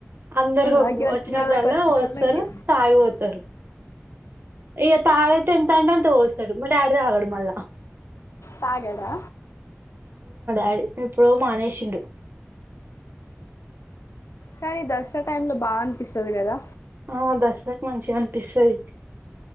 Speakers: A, on the right; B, on the left.
A: అందరికి
B: ఆ ఇగ వచ్చినోళ్ళకి
A: వచ్చినప్పుడల్లా
B: వచ్చినోళ్ళకి
A: వస్తారు తాగిపోతారు ఇక తాగ తంటండత పోస్తాడు మా డాడీ తాగడు మళ్ళా
B: తాగడా
A: అ ఎప్పుడ మానేసిండు
B: కానీ దసరా టైమ్ లో బాగా అనిపిస్తది కదా
A: ఆ దసరా కు మంచి అనిపిస్తది